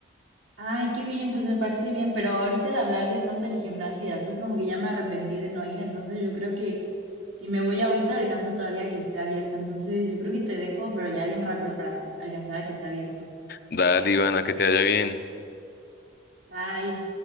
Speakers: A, on the right; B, on the left.
A: Ay, qué bien, pues me parece bien, pero ahorita de hablar de tanto el gimnasio y así como que ya me arrepentí de no ir, entonces yo creo que si me voy ahorita alcanzo todavía que esté abierto, entonces yo creo que te dejo, pero ya bien rápido para alcanzar a que esté abierto.
B: Dale, Ivana, que te vaya bien.
A: Bye.